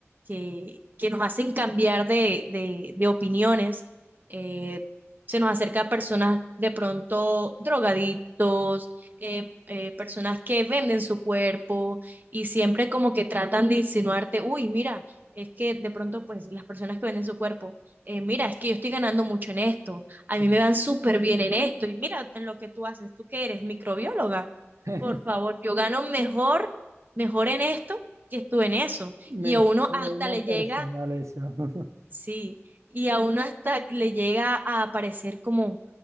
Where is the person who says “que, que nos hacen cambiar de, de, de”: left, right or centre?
Right